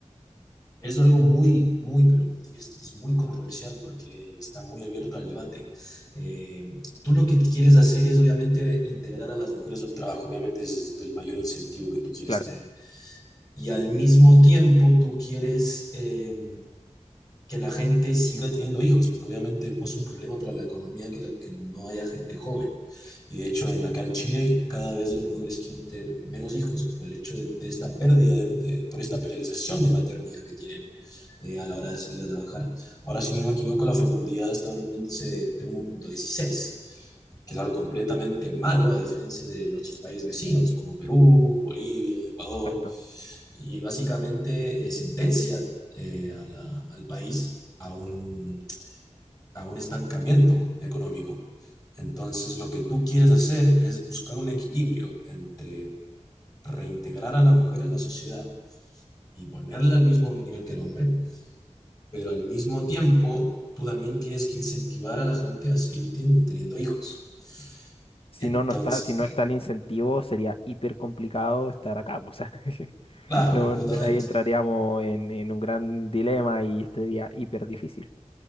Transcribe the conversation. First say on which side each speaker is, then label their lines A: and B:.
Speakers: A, on the left (about 30°); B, on the left (about 50°).
A: Es algo muy, muy, pero esto es muy controversial porque está muy abierto al debate. Eh, tú lo que quieres hacer es obviamente integrar a las mujeres al trabajo, obviamente es el mayor incentivo que tú quieres
B: Claro,
A: tener. Y al mismo tiempo tú quieres eh, que la gente siga teniendo hijos, porque obviamente es un problema para la economía que, la- que no haya gente joven. Y de hecho, en, acá en Chile, cada vez las mujeres quieren tener menos hijos por el hecho de, de esta pérdida, de- de- por esta penalización de maternidad que tienen eh, a la hora de salir a trabajar. Ahora, si no me equivoco, la fecundidad está en un índice de, de 1.16, que es algo completamente malo, a diferencia de nuestros países vecinos, como Perú, Bolivia, Ecuador,
B: exacto.
A: y básicamente eh, sentencia eh, a la- al país a un, a un estancamiento económico. Entonces, lo que tú quieres hacer es buscar un equilibrio entre reintegrar a la mujer en la sociedad y ponerla al mismo nivel que el hombre, pero al mismo tiempo tú también tienes que incentivar a la gente a seguir tien- teniendo hijos.
B: Si
A: Entonces,
B: no, no está, si no está el incentivo, sería hiper complicado estar acá. po, O sea, <laughs>
A: claro,
B: no,
A: completamente,
B: ahí entraríamos en, en un gran dilema y sería hiper difícil.